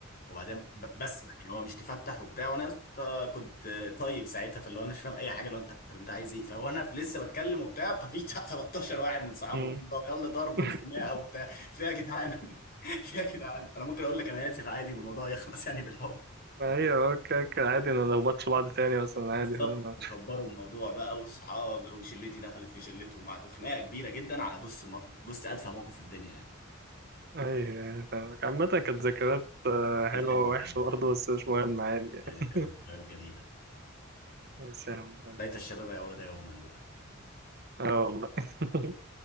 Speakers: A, on the left; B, on the right.
A: وبعدين ب- بس يعني هو مش تفتح وبتاع وانا يا اسطى كنت طيب ساعتها فاللي هو انا مش فاهم اي حاجه لو انت طب انت عايز ايه فانا في- لسه بتكلم وبتاع ففي <laughs> بتاع 13 واحد من صحابه
B: مم.
A: جنبه، يلا ضرب
B: <laughs>
A: وخناقه وبتاع فيها يا جدعان <laughs> فيها يا جدعان انا ممكن اقول لك انا اسف عادي والموضوع <laughs> يخلص يعني بالحب
B: ما هي اوكي اوكي عادي ما نخبطش بعض تاني مثلا عادي
A: بالظبط
B: فاهم
A: وكبروا الموضوع بقى واصحاب وشلتي دخلت في شلتهم وخناقه كبيره جدا على بص بص ادفع موقف في الدنيا يعني
B: ايوه يعني فاهمك عامة كانت ذكريات آه،
A: ده
B: حلوة
A: حلو
B: ووحشة
A: فعلا.
B: برضه بس مش مهم عادي يعني
A: هي كانت ذكريات جميلة
B: بس يا عم خلاص.
A: ليت الشباب يعود يوما بقى
B: اه والله <laughs>